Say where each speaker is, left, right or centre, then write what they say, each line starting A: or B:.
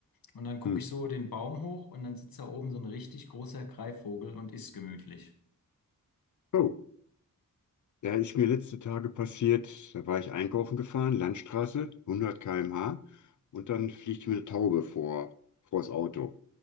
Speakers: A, on the left; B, on the left.
A: Und dann gucke
B: Hm.
A: ich so den Baum hoch und dann sitzt da oben so ein richtig großer Greifvogel und isst gemütlich.
B: Oh, da ist mir letzte Tage passiert, da war ich einkaufen gefahren, Landstraße, 100 km/h und dann fliegt mir eine Taube vor, vor das Auto.